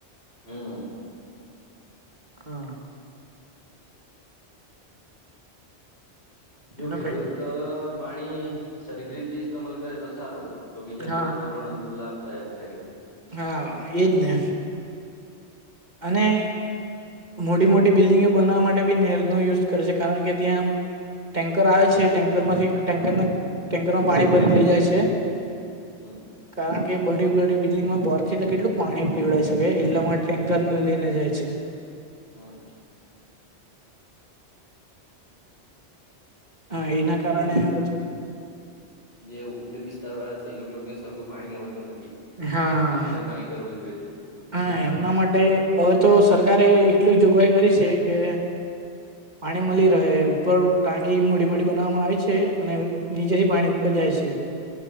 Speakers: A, on the left; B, on the right.
A: હમ
B: હા
A: જો
B: એનો
A: ખેડૂત
B: કઈક
A: પાણી સરખી રીતે ઇમલ કરે તો સારું તો બીજા
B: હા
A: ખેડૂતને પણ લાભદાયક થાય
B: હા એજ ને અને મોટી મોટી બિલ્ડિંગો બનાવવા માટે બી નેરનો યુઝ કરે છે કારણ કે ત્યાં ટેન્કર આવે છે ટેન્કર માંથી ટેન્કરના ટેન્કર માં પાણી ભરીને લઇ જાય છે
A: હમ
B: કારણ કે બધી બી બિલ્ડિંગમાં બોર થી તો કેટલું પાણી પીવડાઈ શકે એટલે માટે ટેન્કર ને લઈને જાય છે
A: હા
B: હા એના કારણે
A: જે
B: એમ બધું
A: જે ઉપલે વિસ્તાર વાળા છે એ લોકોને સરખું પાણી મળતું નથી
B: હા
A: એમનું કઈ કરવું જોઈએ છે
B: હા એમના માટે હવે તો સરકારે એટલી જ જોગવાઈ કરી છે કે
A: <inaudible>
B: પાણી મળી રહે ઉપર ટાંકી મોડી મોડી બનાવવામાં આવે છે અને નીચેથી પાણી ઉપર જાય છે